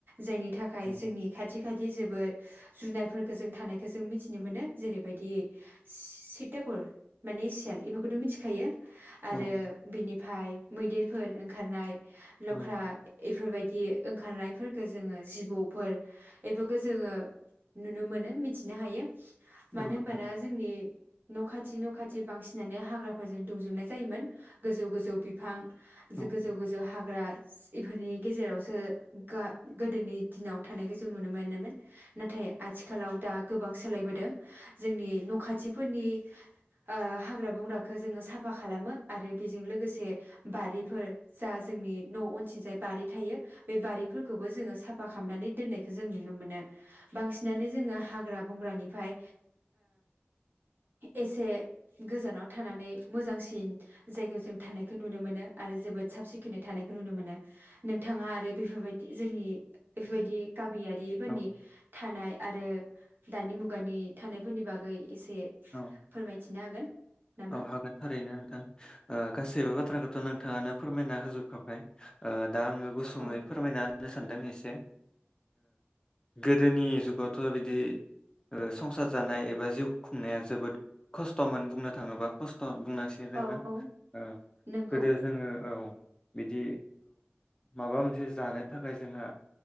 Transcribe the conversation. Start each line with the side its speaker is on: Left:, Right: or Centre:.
Right: जायनि थाखाय
Left: उम,
Right: जोंनि खाथि खाथि जोबोद जुनारफोरखौ जों थानायखौ जों मिथिनो मोनो जेरैबायदि सिततागुर माने सेल बेफोरखौथ' मिथिखायो आरो
Left: औ
Right: बिनिफ्राय मैदेरफोर ओंखारनाय लख्रा
Left: औ
Right: इफोरबायदि ओंखारनायफोरखौ जोङो जिबौफोर बेफोरखौ जोङो नुनो मोनो मिथिनो हायो
Left: औ
Right: मानो होनोमबाना
Left: नोंथां
Right: जोंनि न' खाथि न' खाथि बांसिनानो हाग्राफोरजों दुंजोबनाय जायोमोन गोजौ गोजौ बिफां
Left: औ
Right: गोजौ गोजौ हाग ब्रास इफोरनि गेजेरावसो गा गोदोनि दिनाव थानायखौ जों नुनो मोनोमोन नाथाय आथिखालाव दा गोबां सोलाय बोदों जोंनि न खाथिफोरनि ओ हाग्रा बंग्रा फोरा जोङो साफा साफा खालामो आरो बेजों लोगोसे बारिफोर जा जोंनि न' अनसिंजाय बारि थायो बे बारिफोरखौबो जोङो साफा खालामनानै दोननायखौ जों नुनो मोनो बांसिनानो जोङो हाग्रा बंग्रानिफ्राय एसे गोजानाव थानानै मोजांसिन जायगायाव जों थानायखौ नुनो मोनो आरो जोबोद साब सिखोनै थानायखौ नुनो मोनो नोंथाङा आरो बेफोरबायदि जोंनि बेफोरबायदि गामियारिफोरनि
Left: औ
Right: थानाय आरो दानि मुगानि थानायफोरनि बागै एसे
Left: औ
Right: फोरमायथिनो हागोन नामा
Left: औ हागोन थारैनो नोंथां ओ गा गासैबो बाथ्राखौथ' नोंथाङानो फोरमायना होजोबखाबाय ओ दा आङो गुसुङै
Right: औ
Left: फोरमायना होननो सानदों एसे गोदोनि जुगावथ' बिदि संसार जानाय एबा जिउ खुंनाया जोबोद खस्थ'मोन बुंनो थाङोबा खस्थ' बुंनांसिगोन जे
Right: औ
Left: नोंथां
Right: औ
Left: औ
Right: नंगौ
Left: गोदो जोङो औ बिदि माबा मोनसे जानो थाखाय जोंहा